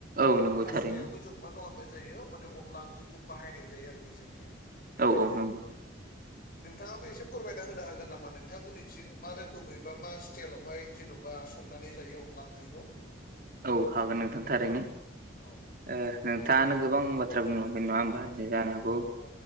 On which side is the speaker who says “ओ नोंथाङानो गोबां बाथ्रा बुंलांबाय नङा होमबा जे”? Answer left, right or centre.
Right